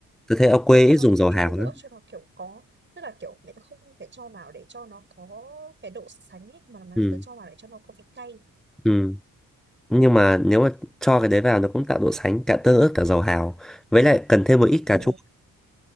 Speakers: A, in the centre; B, on the right.
A: tôi thấy ở quê
B: kiểu
A: ít
B: cho
A: dùng dầu
B: cho
A: hào
B: tớ tương
A: lắm
B: ớt cho nó kiểu có tức là kiểu mẹ tớ không phải cho vào để cho nó có cái độ sánh ấy mà mà
A: ừ
B: mẹ tớ cho vào để cho nó có vị cay
A: ừ nhưng mà nếu mà cho cái đấy vào nó cũng tạo độ sánh cả tương ớt cả dầu hào với lại cần thêm một ít
B: Ồ,
A: cà chua